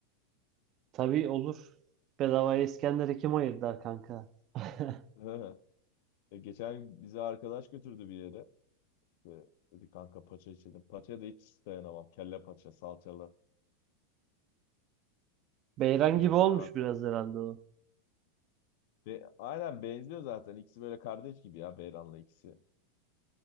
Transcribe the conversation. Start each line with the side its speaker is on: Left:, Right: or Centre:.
Right: Tabii olur. Bedavaya İskender'i kim ayırdı kanka? <laughs>
Left: <laughs> E, geçen bize arkadaş götürdü bir yere. İşte dedi kanka paça içelim. Paça da hiç dayanamam. Kelle paça, salçalı.
Right: Beyran
Left: Öyle
Right: gibi olmuş
Left: beraber.
Right: biraz
Left: pa-
Right: herhalde o.
Left: Ve aynen benziyor zaten. İkisi böyle kardeş gibi ya Beyran'la ikisi.